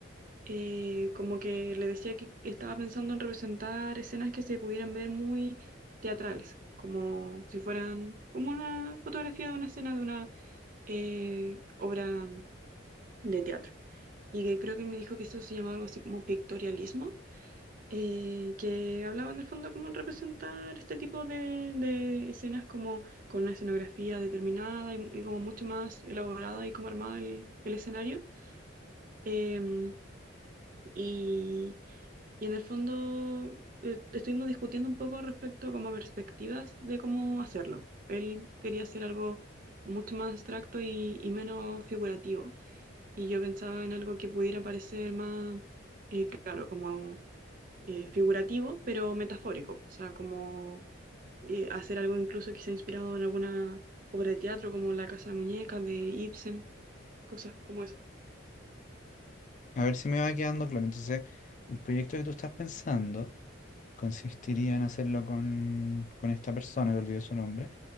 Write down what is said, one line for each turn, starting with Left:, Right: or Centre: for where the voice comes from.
Right: eh, como que le decía que estaba pensando en representar escenas que se pudieran ver muy teatrales, como si fueran como una fotografía de una escena de una eh, obra de teatro. Y que creo que me dijo que eso se llamaba algo así como pictorialismo, eh, que hablaba en el fondo como en representar este tipo de, de escenas como con una escenografía determinada y, y como mucho más elaborada y como armada el, el escenario. Em, y Y en el fondo eh, estuvimos discutiendo un poco respecto como a perspectivas de cómo hacerlo. Él quería hacer algo mucho más abstracto y, y menos figurativo. Y yo pensaba en algo que pudiera parecer más, eh, claro, como eh, figurativo, pero metafórico. O sea, como eh, hacer algo incluso quizá inspirado en alguna obra de teatro como La Casa de Muñecas de Ibsen, cosas como esas.
Left: A ver si me va quedando claro. Entonces, el proyecto que tú estás pensando. Consistiría en hacerlo con, con esta persona, que olvidé su nombre.